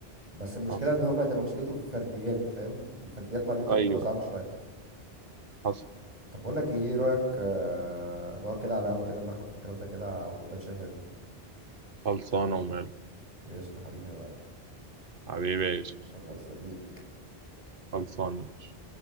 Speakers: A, on the right; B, on the right.
A: بس المشكله
B: حصل
A: ان هم هتبقى مشكلتهم في الفرديات فاهم الفرديات مع الانتر
B: ايوه
A: بتبقى صعبه شويه
B: حصل
A: طب بقول لك ايه إيه رايك آه، نقعد كده على قهوه كده نمخمخ في الكلام ده كده وكوبايه شاي حلو
B: خلصانه وماله
A: قشطه حبيبي يا معلم
B: حبيبي يا يوسف
A: انا مستنيك
B: خلصانه ماشي.